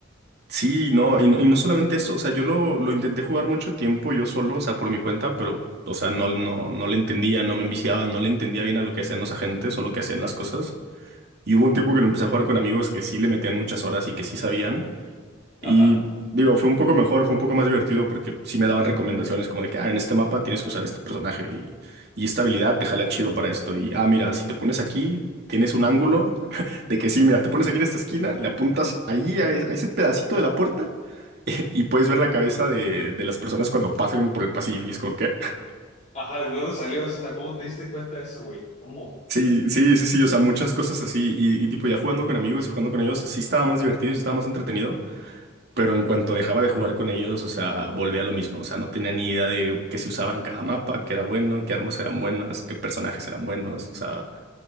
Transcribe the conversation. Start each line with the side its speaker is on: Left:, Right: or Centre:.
Right: Sí, no, y no, y no solamente eso, o sea, yo lo, lo intenté jugar mucho tiempo yo solo, o sea, por mi cuenta, pero, o sea, no, no, no le entendía, no me enviciaba, no le entendía bien a lo que hacían los agentes o lo que hacían las cosas. Y hubo un tiempo que lo empecé a jugar con amigos que sí le metían muchas horas y que sí sabían.
Left: Ajá.
Right: Y digo, fue un poco mejor, fue un poco más divertido porque sí me daban recomendaciones como de que, ah, en este mapa tienes que usar este personaje y, y esta habilidad te jala chido para esto. Y, ah, mira, si te pones aquí, tienes un ángulo <laughs> de que sí, mira, te pones aquí en esta esquina, le apuntas ahí a, e- a ese pedacito de la puerta <laughs> y puedes ver la cabeza de, de las personas cuando pasen por el pasillo. Y es como que... <laughs>
Left: Ajá, ¿de dónde salió eso? O sea, ¿cómo te diste cuenta de eso, güey? ¿Cómo?
Right: Sí, sí, sí, sí, o sea, muchas cosas así. Y, y tipo, ya jugando con amigos y jugando con ellos, sí estaba más divertido y sí estaba más entretenido. pero en cuanto dejaba de jugar con ellos, o sea, volvía a lo mismo. O sea, no tenía ni idea de qué se usaba en cada mapa, qué era bueno, qué armas eran buenas, qué personajes eran buenos. O sea,